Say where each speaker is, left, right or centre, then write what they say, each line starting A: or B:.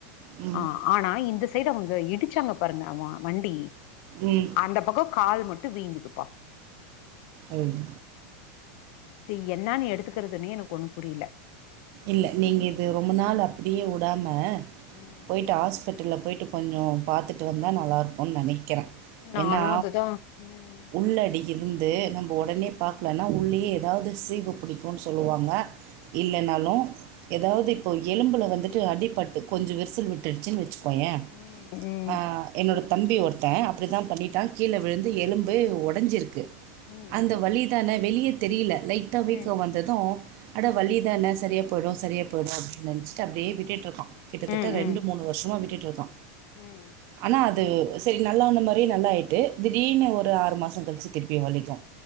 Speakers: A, on the right; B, on the left.
A: ம்
B: ஆ
A: ம்
B: ஆனா இந்த சைடு அவங்க இடிச்சாங்க பாருங்க அவ வண்டி
A: ம்
B: அந்த பக்கோ கால் மட்டு வீங்குதுப்பா
A: அய்டி
B: இது என்னன்னு எடுத்துக்றதுன்னே எனக்கு ஒண்ணு புரில
A: இல்ல நீங்க இது ரொம்ப நாள் அப்டியே வுடாம
B: ம்
A: போய்ட்டு ஹாஸ்பிட்டல்ல போய்ட்டு கொஞ்சொ பாத்துட்டு வந்தா நல்லாருக்குனு நினைக்றே
B: நானு
A: ஏன்னா
B: அதுதா ம்
A: உள்ளடி இருந்து நம்ம உடனே பாக்கலன்னா உள்ளேயே ஏதாவுது சீகு புடிக்குனு சொல்லுவாங்க இல்லைனாலு ஏதாவ்து
B: ம்
A: இப்போ எலும்புல வந்து ட்டு அடிபட்டு கொஞ்சோ விருசல் விட்டுட்ச்சு வச்சுக்கோயே
B: ம் ம்
A: ஆ என்னோட தம்பி ஒருத்த அப்டி தா பண்ணிட்டா கீழ விழுந்து எலும்பு உடஞ்சிருக்கு
B: ம்
A: அந்த வலிதான வெளிய தெரில லைட்டா வீக்கோ
B: ம்
A: வந்தது அட
B: ம் ம்
A: வலிதான சரியா போயிடு சரியா போயிடு அப்டின்னு நினைச்சிட்டு அப்டியே விட்டுட் இருக்கா கிட்டதட்ட
B: ம்
A: ரெண்டு மூணு வருஷமா விட்டுட் இருக்கா
B: ம்
A: ஆனா அது சேரி நல்லா வந்த மாரியே நல்லா ஆயிட்டு திடீர்னு
B: ம்
A: ஒரு ஆறு மாச கழிச்சு திருப்பி வலிக்கு